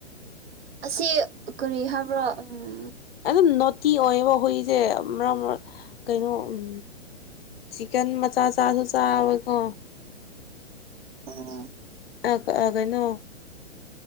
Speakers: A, on the right; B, on the left.
A: ꯑꯁꯤ ꯀꯔꯤ ꯍꯥꯏꯕ꯭ꯔꯥ ꯎꯝ
B: ꯑꯗꯨꯝ ꯅꯣꯇꯤ ꯑꯣꯏꯀꯣ ꯍꯣꯏꯁꯦ ꯃꯔ ꯃꯔꯛ ꯀꯩꯅꯣ ꯎꯝ ꯆꯤꯛꯀꯟ ꯃꯆꯥ ꯆꯥꯥꯁꯨ ꯆꯥꯕꯀꯣ
A: <unintelligible>
B: ꯑ ꯀꯑ ꯀꯩꯅꯣ